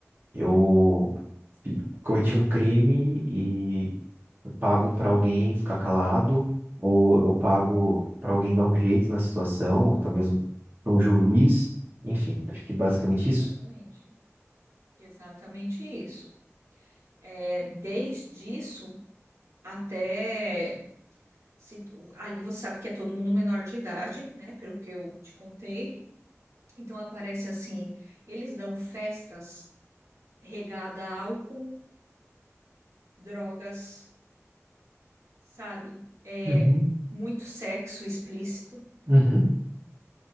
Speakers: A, on the right; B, on the right.
A: eu cometi um crime e pago para alguém ficar calado, ou eu pago para alguém dar um jeito na situação, ou até mesmo para um juiz. Enfim, acho que basicamente
B: Exatamente,
A: isso.
B: exatamente isso. É, desde isso até se tu- ali você sabe que é todo mundo menor de idade, né? Pelo que eu te contei, Então aparece assim, eles dão festas regada a álcool, drogas, sabe? É
A: Uhum,
B: muito sexo explícito.
A: uhum.